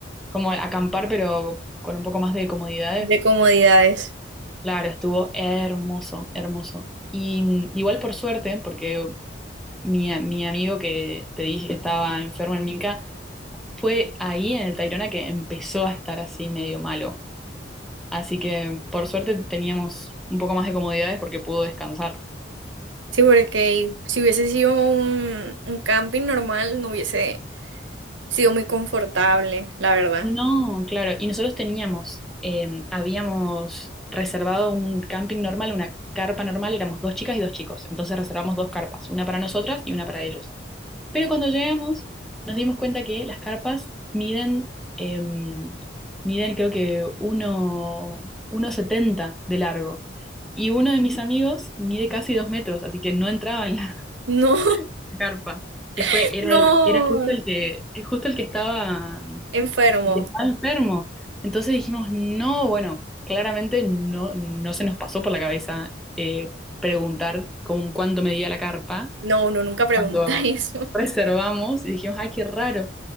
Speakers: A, in the centre; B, on the right (about 85°).
A: como acampar, pero con un poco más de comodidades.
B: De comodidades.
A: Claro, estuvo hermoso, hermoso. Y mm, igual por suerte, porque mi, a- mi amigo que te dije que estaba enfermo en Minca, fue ahí en el Tayrona que empezó a estar así medio malo. Así que por suerte teníamos un poco más de comodidades porque pudo descansar.
B: Sí, porque si hubiese sido un, un camping normal, no hubiese sido muy confortable, la verdad.
A: No, claro. Y nosotros teníamos, eh, habíamos reservado un camping normal, una carpa normal, éramos dos chicas y dos chicos. Entonces reservamos dos carpas, una para nosotras y una para ellos. Pero cuando llegamos, nos dimos cuenta que las carpas miden, eh, miden creo que uno, uno setenta de largo. Y uno de mis amigos mide casi dos metros, así que no entraba en la
B: No,
A: <laughs> carpa. Que
B: <laughs>
A: fue, era
B: no.
A: el, era justo el que, justo el que estaba
B: Enfermo.
A: el que estaba enfermo. Entonces dijimos, no, bueno, claramente no, no se nos pasó por la cabeza eh, preguntar con cuánto medía la carpa
B: No, uno nunca pregunta
A: cuando
B: <laughs> eso.
A: reservamos y dijimos, ay, qué raro.